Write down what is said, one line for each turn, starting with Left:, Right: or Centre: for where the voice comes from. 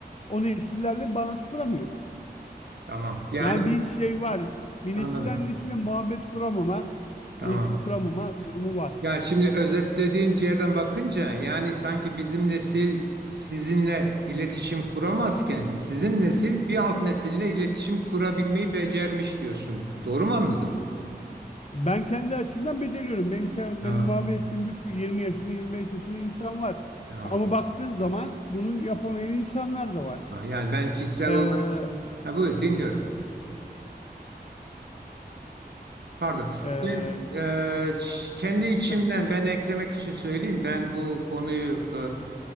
Left: o nesillerle bağlantı kuramıyor.
Right: Tamam. Yani
Left: Yani bir şey var. Bir
Right: anladım.
Left: nesilden nesile muhabbet kuramama,
Right: Tamam.
Left: iletişim kuramama durumu var.
Right: Ya şimdi özetlediğin yerden bakınca yani sanki bizim nesil sizinle iletişim kuramazken sizin nesil bir alt nesille iletişim kurabilmeyi becermiş diyorsun. Doğru mu anladım?
Left: Ben kendi açımdan beceriyorum. Benim, çev-
Right: Ha,
Left: benim muhabbet ettiğim bir sürü 20 yaşında 25 yaşında insan var.
Right: tamam.
Left: Ama baktığın zaman bunu yapamayan insanlar da var.
Right: Ha, yani ben kişisel
Left: Ee,
Right: olarak ha, buyur dinliyorum. Pardon.
Left: ee,
Right: Ben e, ş- kendi içimden
Left: tabii.
Right: ben eklemek için söyleyeyim. Ben bu konuyu